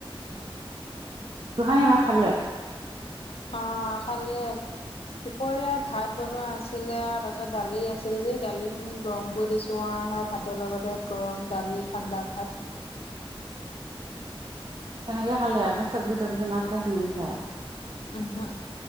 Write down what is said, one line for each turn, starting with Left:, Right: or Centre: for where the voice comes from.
Right: গোসাঁনী ভাত খালে?
Left: অ', খালে। দুপৰীয়া ভাত বনোৱা আছিলে আৰু তাৰ পিছত দালি আছিল যে, দালিখিনি গৰম কৰি দিছোঁ। তোমাৰহে ভাতৰ লগতে গৰম দালি, ঠাণ্ডা ভাত
Right: তেনেকে খালে আকৌ চবজি-তবজি, মাছ-চাছ নিবিচাৰে আৰু
Left: ওহো